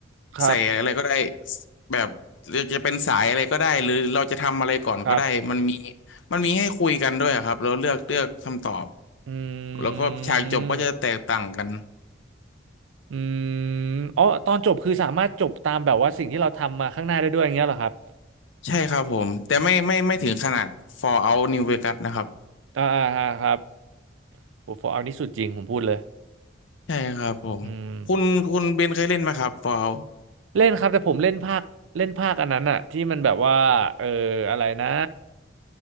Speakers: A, on the right (about 75°); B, on the left (about 65°).
A: ครับ
B: ใส่อะไรก็ได้แบบจะเป็นสายอะไรก็ได้หรือเราจะทำอะไรก่อนก็ได้มันมี
A: ครับ
B: มันมีให้คุยกันด้วยครับเราเลือกเลือกคำตอบ
A: อื
B: แล้วก็ฉากจบก็จะแตกต่างกัน
A: ม อืมอ๋อตอนจบคือสามารถจบตามแบบว่าสิ่งที่เราทำมาข้างหน้าได้ด้วยอย่างเงี้ยเหรอครับ
B: ใช่ครับผมแต่ไม่ไม่ไม่ถึงขนาด Fallout New Vegas นะครับ
A: อ่าอ่าอ่าครับโอ้โหเอานี่สุดจริงผมพูดเลย
B: ใช่ครับผมคุณคุณเบนเคยเล่นไหมครับ
A: อืม
B: Fallout
A: เล่นครับแต่ผมเล่นภาคเล่นภาคอันนั้นอะที่มันแบบว่าเอออะไรนะ